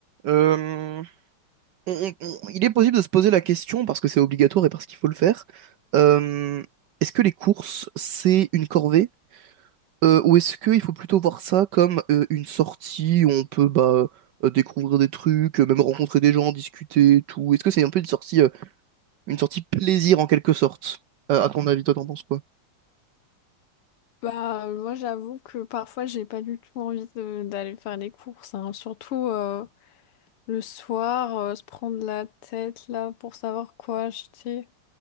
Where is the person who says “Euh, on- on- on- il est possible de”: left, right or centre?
Right